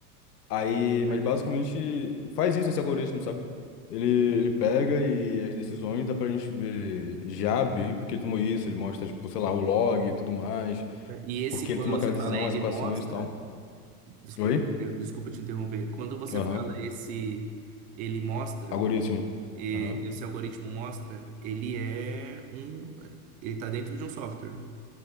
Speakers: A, on the left (about 80°); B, on the right (about 20°).
A: Aí,
B: Eu
A: mas
B: entendi.
A: basicamente faz isso esse algoritmo, sabe? Ele, ele pega e as decisões dá pra gente ver já B, porque ele tomou isso, ele mostra, tipo, sei lá, o log e tudo mais,
B: E esse,
A: porque
B: quando
A: ele tomou
B: você
A: aquela decisão,
B: fala, ele
A: as equações
B: mostra.
A: e tal.
B: Desculpa,
A: Oi?
B: eu- desculpa te interromper. Quando você
A: Aham.
B: fala esse, ele mostra,
A: Algoritmo.
B: e-
A: Aham.
B: esse algoritmo mostra, ele é um. Ele está dentro de um software